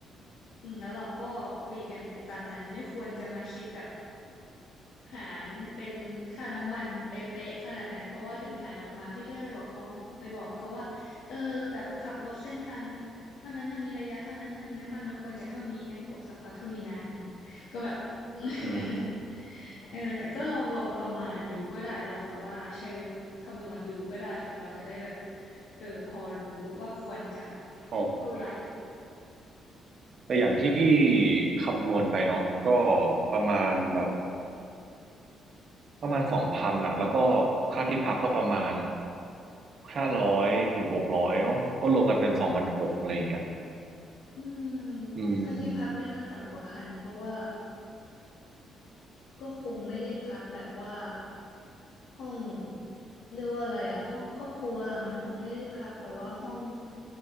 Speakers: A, on the left; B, on the right.
A: อืมแล้วเราก็คุยกันไปตามนั้นไม่ควรจะมาคิดแบบหารเป็นค่าน้ำมันเป๊ะๆขนาดนั้นเพราะว่าถึงหารออกมาพี่ก็จะไปบอกเขาไปบอกเขาว่าเออแบบขับรถเส้นทางเท่านั้นเท่านี้ระยะเท่านั้นเท่านี้น้ำมันมันควรจะเท่านี้งั้นผมซัพพอร์ตเท่านี้นะอย่างเงี้ยก็แบบ <laughs>
B: อืม
A: เออแต่ก็ลองลองประมาณดูก็ได้ลองแบบว่าใช้เว็บคำนวณดูก็ได้ค่ะเราจะได้แบบเออพอรู้ว่าควรจะ
B: อ๋อ
A: เท่าไหร่
B: แต่อย่างที่พี่คำนวณไปเนาะก็ประมาณแบบประมาณสองพันอะแล้วก็ค่าที่พักก็ประมาณห้าร้อยถึงหกร้อยก็รวมกันเป็นสองพันหกอะไรอย่างเงี้ย
A: อืม
B: อืม
A: ค่าที่พักไม่น่าต่ำกว่าพันเพราะว่า ก็คงไม่ได้พักแบบว่าห้องเรียกว่าอะไรอะห้องครอบครัวมันคงไม่ได้พักแบบว่าห้อง